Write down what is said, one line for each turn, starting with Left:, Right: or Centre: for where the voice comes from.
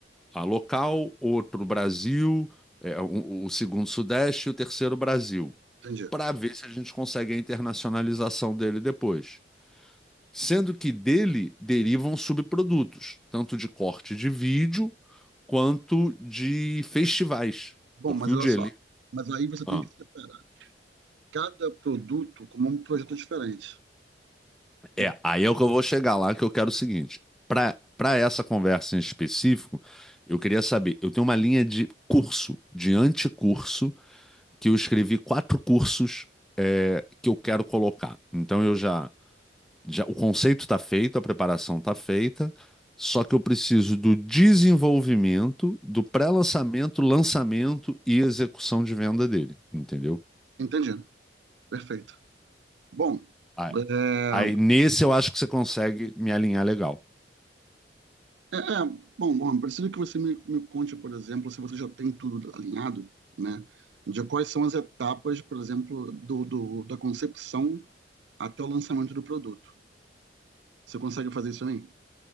Centre: a local, outro Brasil, é, o, o segundo Sudeste e o terceiro Brasil,
Right: entendi.
Centre: para ver se a gente consegue a internacionalização dele depois sendo que dele derivam subprodutos, tanto de corte de vídeo quanto de festivais.
Right: Bom,
Centre: Porque
Right: mas
Centre: o
Right: olha
Centre: Jelly.
Right: só, mas aí você tem
Centre: Ah,
Right: que separar cada produto como um projeto diferente.
Centre: é,
Right: E-
Centre: aí é o que eu vou chegar lá, que eu quero o seguinte. Para para essa conversa em específico, eu queria saber, eu tenho uma linha de curso, de anticurso, que eu escrevi quatro cursos é, que eu quero colocar. Então eu já Já, o conceito está feito, a preparação está feita, só que eu preciso do desenvolvimento, do pré-lançamento, lançamento e execução de venda dele, entendeu?
Right: Entendi, perfeito. Bom,
Centre: Aí,
Right: é,
Centre: aí nesse eu acho que você consegue me alinhar legal.
Right: É, é, bom, bom, preciso que você me, me conte, por exemplo, se você já tem tudo alinhado, né? De quais são as etapas, por exemplo, do, do- da concepção até o lançamento do produto. Você consegue fazer isso aí?